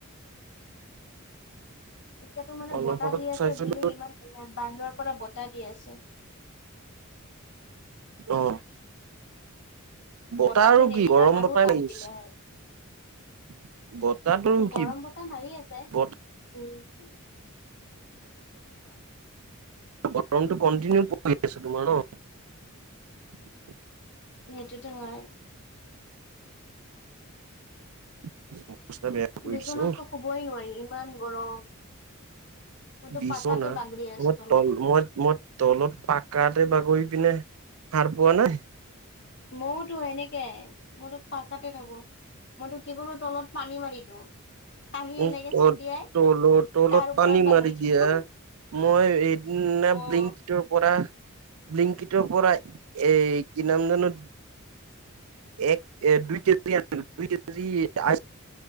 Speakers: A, on the left; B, on the right.
A: এতিয়াতো মানে
B: অলপ
A: বতাহ
B: আগত
A: দি আছে
B: চাইছিলো
A: বুলি। ইমান বাহিৰৰ পৰা বতাহ দি আছে।
B: আহ বতাহ
A: বতাহটো
B: আৰু
A: নিদিলে
B: কি গৰম
A: আৰু
B: বতাহ
A: তাপ
B: লাগিছে।
A: দিলে হয়
B: বতাহটো
A: গৰম
B: কি
A: বতাহ মাৰি আছে
B: ব
A: উম
B: গৰমটো কটিনিউ পৰি আছ তোমাৰ ন। <unintelligible>
A: সেইটোতো হয়।
B: <unintelligible> কৰি
A: বিচনাতো
B: দিছে অ
A: শুবই নোৱাৰি ইমান গৰম। মইতো
B: বিছনা
A: পাকাতে বাগৰি আছো
B: মই
A: তলতে
B: তল মই মই তলত পাকাতে বাগৰি পিনে সাৰ পোৱা নাই।
A: মইওতো এনেকে মোৰতো পাকাতে থাকোঁ‌। মইতো কি কৰো তলত পানী মাৰি দিওঁ। পানী
B: উ
A: এনেকে
B: ত
A: ছটিয়াই
B: তলৰ তলত
A: তাৰ ওপৰত
B: পানী
A: বাগৰি
B: মাৰি
A: থাকো
B: দিয়া। মই এদিনাকটোৰ
A: অ
B: পৰা ব্লিংকিতৰ পৰা এই কি নাম জানো এক এ দুই কেজি আ দুই কেজি আ